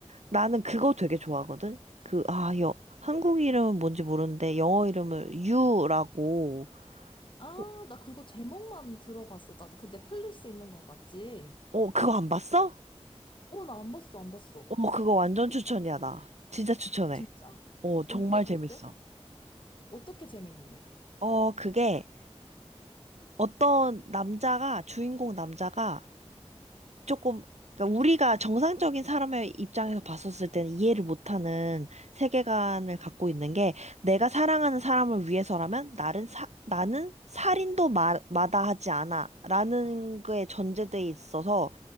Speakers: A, on the right; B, on the left.
A: 나는 그거 되게 좋아하거든. 그 아 여 한국 이름은 뭔지 모르는데 영어 이름을 유라고
B: 아,
A: 어
B: 나 그거 제목만 들어봤어. 나 그 넷플릭스 있는 거 맞지?
A: 어, 그거 안 봤어?
B: 어, 나 안 봤어, 안 봤어.
A: 어 그거 완전 추천이야 나 진짜 추천해.
B: 진짜?
A: 어 정말
B: 어때?
A: 재밌어.
B: 어때? 어떻게 재밌는데?
A: 어 그게 어떤 남자가 주인공 남자가 조금 그러니까 우리가 정상적인 사람의 입장에서 봤었을 때는 이해를 못하는 세계관을 갖고 있는 게 내가 사랑하는 사람을 위해서라면 나는 사, 나는 살인도 마, 마다하지 않아라는 거에 전제돼 있어서